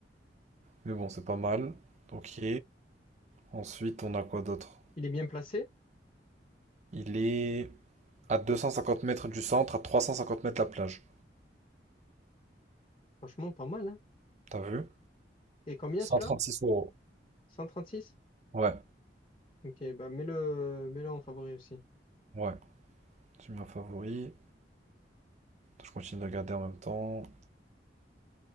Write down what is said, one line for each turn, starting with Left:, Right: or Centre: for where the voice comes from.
Right: Mais bon, c'est pas mal. Ok. Ensuite, on a quoi d'autre?
Left: Il est bien placé,
Right: Il est à 250 mètres du centre, à 350 mètres la plage.
Left: franchement, pas mal. hein.
Right: T'as vu?
Left: Et combien
Right: cent
Left: celui-là?
Right: trente six euros.
Left: cent trente six
Right: Ouais,
Left: Ok, bah mets-le mets-le en favori aussi.
Right: ouais. J'ai mis en favori. Je continue de regarder en même temps.